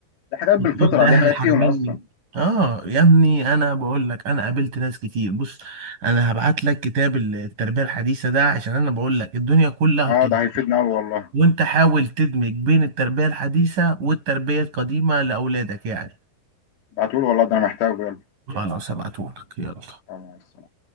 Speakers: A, on the left (about 80°); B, on the right (about 50°).
A: دي حاجات
B: تقول
A: بالفطرة
B: ده
A: دي
B: اهلي
A: حاجات
B: حرمني
A: فيهم أصلا
B: اه يا ابني انا بقول لك انا قابلت ناس كتير بص انا هبعت لك كتاب التربيه الحديثه ده عشان انا بقول لك الدنيا كلها
A: آه
B: بتتغير
A: ده هيفيدنا أوي والله
B: وانت حاول تدمج بين التربية الحديثة والتربية القديمة لأولادك يعني
A: ده هتقول والله ده أنا محتاجه
B: خلاص هبعتهولك يلا
A: يلا